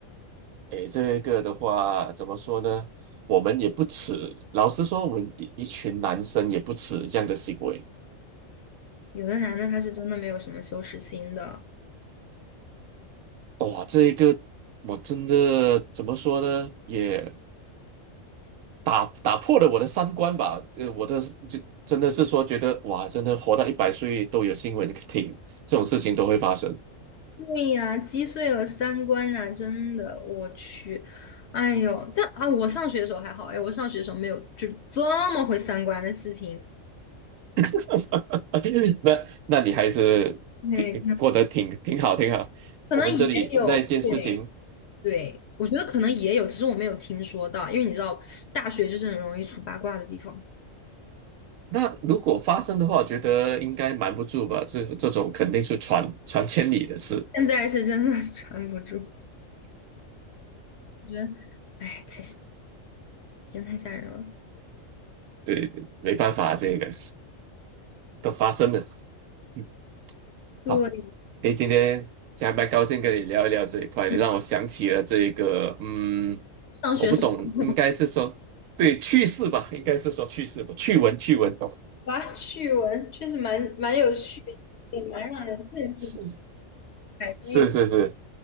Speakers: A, on the right; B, on the left.
A: 诶，这个的话怎么说呢？我们也不耻，老实说，我们一一群男生也不耻这样的行为。
B: 有的男的他是真的没有什么羞耻心的，
A: 哇，这一个我真的怎么说呢？也。打打破了我的三观吧，呃，我的就真的是说觉得哇，真的活到一百岁都有新闻听，这种事情都会发生。
B: 对呀，击碎了三观啊，真的，我去，哎呦，但啊，我上学的时候还好，哎，我上学的时候没有就这么毁三观的事情，
A: <laughs> 那那你还是挺过得挺挺好，
B: 对，
A: 挺好。
B: 可能也有，
A: 我们这里那一件事情，
B: 对对，我觉得可能也有，只是我没有听说到，因为你知道，大学就是很容易出八卦的地方，
A: 那如果发生的话，觉得应该瞒不住吧？这这种肯定是传传千里的事，
B: 现在是真的 <laughs> 传不住，我觉得，哎，太。真太吓人了。
A: 对对，没办法，这个都发生了。嗯，
B: 对，
A: 好。诶，今天加蛮高兴跟你聊一聊这一块，
B: 嗯，
A: 你让我想起了这个，嗯，
B: 上学时候
A: 我不懂，应该是说对趣事吧，应该是说趣事吧，趣闻趣闻，
B: 哇，趣闻确实蛮蛮有趣也蛮让人震惊，
A: 是
B: 还真有。
A: 是是是，